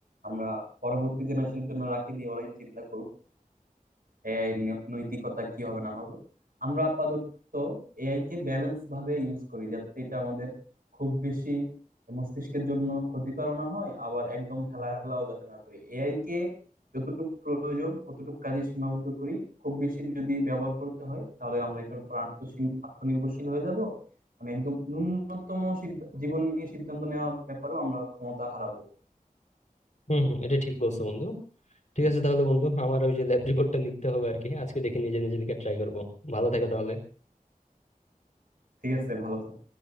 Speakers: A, on the right; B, on the left.
A: আমরা পরবর্তী জেনারেশনের জন্য রাখি দিয়ে ওরাই চিন্তা করুক এআই এর নৈ- নৈতিকতা কি হবে না হবে আমরা আপাতত এআই কে ব্যালেন্স ভাবে ইউজ করি যাতে এটা আমাদের খুব বেশি মস্তিষ্কের জন্য ক্ষতিকর না হয় আবার একদম হেলাহেলাও যাতে না করি এআই কে যতটুকু প্রয়োজন অতটুকু কাজে সীমাবদ্ধ করি খুব বেশি যদি ব্যবহার করতে হয় তাহলে আমরা এটার উপর আত্মসীম আত্মনির্ভরশীল হয়ে যাব মানে একদম ন্যূনতম সিদ্ধা- জীবন নিয়ে সিদ্ধান্ত নেওয়ার ব্যাপারেও আমরা ক্ষমতা হারাবো
B: হম হম এটা ঠিক বলছো বন্ধু ঠিক আছে তাহলে বন্ধু আমার ওই যে ল্যাব রিপোর্টটা লিখতে হবে আর কি আজকে দেখি নিজে নিজে লিখে ট্রাই করবো ভালো থাকো তাহলে
A: ঠিক আছে ভালো থাকো